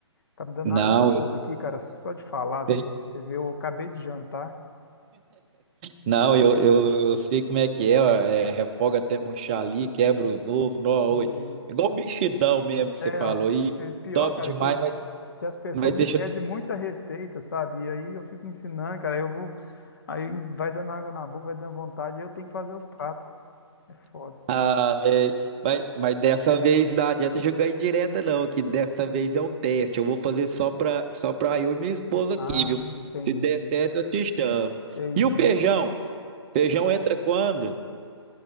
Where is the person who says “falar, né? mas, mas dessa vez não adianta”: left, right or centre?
Right